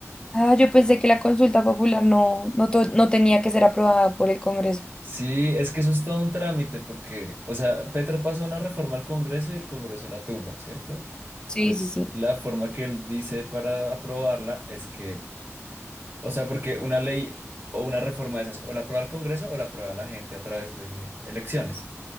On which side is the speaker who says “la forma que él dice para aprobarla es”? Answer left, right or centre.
Right